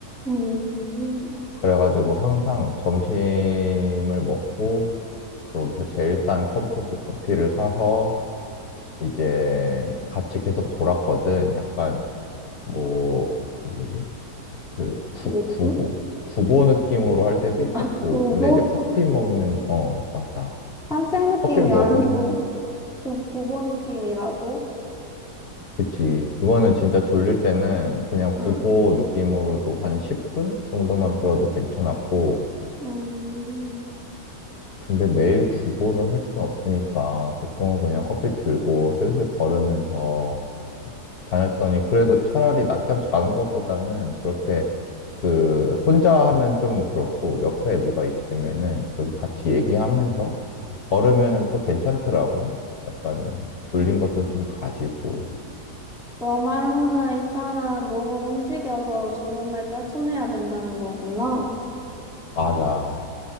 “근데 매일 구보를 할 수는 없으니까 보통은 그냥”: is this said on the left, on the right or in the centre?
Left